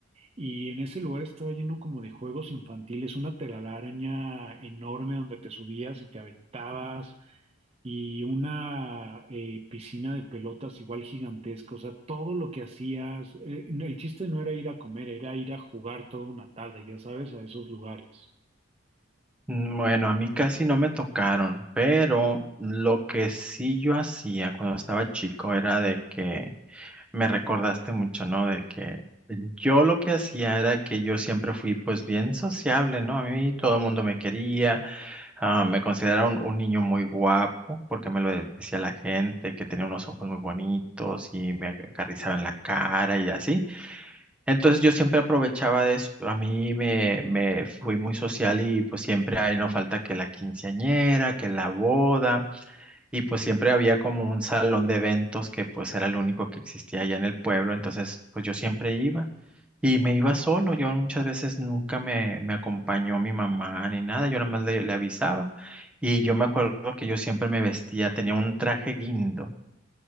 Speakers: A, on the right; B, in the centre.
A: Y en ese lugar estaba lleno como de juegos infantiles, una telaraña enorme donde te subías y te aventabas y una eh, piscina de pelotas igual gigantesca, o sea, todo lo que hacías, eh, el chiste no era ir a comer, era ir a jugar toda una tarde, ya sabes, a esos lugares.
B: Mm, Bueno, a mí casi no me tocaron, pero lo que sí yo hacía cuando estaba chico era de que me recordaste mucho, ¿no? De que yo lo que hacía era que yo siempre fui pues bien sociable, ¿no? A mí todo el mundo me quería. Ah, me considero un, un niño muy guapo porque me lo decía la gente, que tenía unos ojos muy bonitos y me acariciaba en la cara y así. Entonces yo siempre aprovechaba de eso. A mí me, me fui muy social y pues siempre ahí no falta que la quinceañera, que la boda. Y pues siempre había como un salón de eventos que pues era el único que existía allá en el pueblo, entonces pues yo siempre iba y me iba solo, yo muchas veces nunca me, me acompañó mi mamá ni nada, yo nada más le, le avisaba y yo me acuerdo que yo siempre me vestía, tenía un traje guindo,